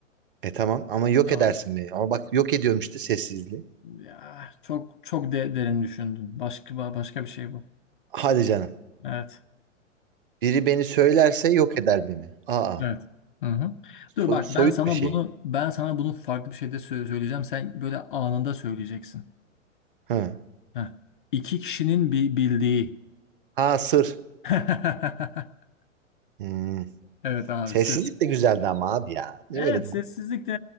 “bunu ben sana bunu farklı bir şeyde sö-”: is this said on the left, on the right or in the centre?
Left